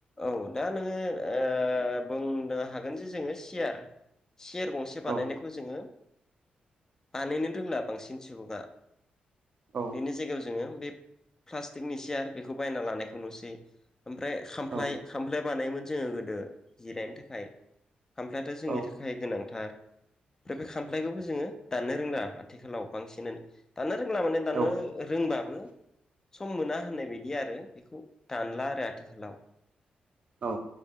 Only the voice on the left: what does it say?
औ दा नोङो ओ बुंनो हागोन जे जोङो सियार सेरयार गंसे बानायनायखौ
जोङो बानायनो रोंला बांसिन सुबुङा
बेनि जायगायाव जोङो बे प्लास्टिकनि चियार बेखौ बायना लानायखौ नुसै ओमफ्राय
खामफ्लाय खामफ्लाय बानायोमोन जोङो गोदो जिरायनो थाखा थाखाय खामफ्लायाथ' जोंनि
थाखाय गोनांथार ओमफ्राय बे खामफ्लायखौबो जोङो दाननो रोंला आथिखालाव बांसिनानो दानोनो रों ला माने
दानो रोंबाबो सम मोना होननाय बायदि आरो बेखौ दानला आरो आथिखालाव